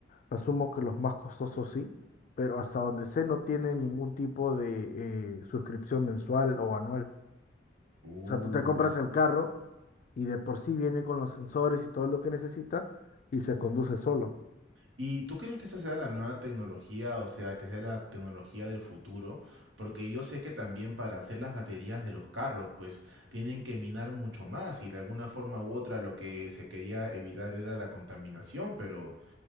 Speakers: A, on the left (about 45°); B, on the right (about 90°).
A: Asumo que los más costosos sí, pero hasta donde sé no tienen ningún tipo de eh, suscripción mensual o anual.
B: Uh.
A: O sea, tú te compras el carro y de por sí viene con los sensores y todo lo que necesita y se conduce solo.
B: ¿Y tú crees que esa sea la nueva tecnología, o sea, que sea la tecnología del futuro? Porque yo sé que también para hacer las baterías de los carros, pues tienen que minar mucho más y de alguna forma u otra lo que se quería evitar era la contaminación, pero